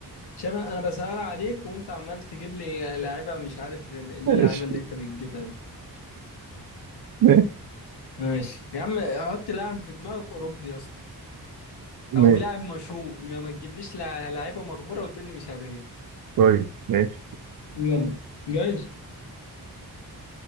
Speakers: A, on the left; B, on the right.
A: شباب انا بسأل عليك وانت عمال تجيب لي لعيبه مش عارف ايه اللعيبه
B: ماشي
A: اللي انت بتجيبها دي
B: <laughs> ماشي
A: ماشي يا عم حط لاعب في دماغك اوروبي يا اسطى او
B: ماشي.
A: لاعب مشهور ما ما تجيبليش لع- لعيبه مغموره وتقول لي مش عارف ايه
B: طيب ماشي
A: يلا جايز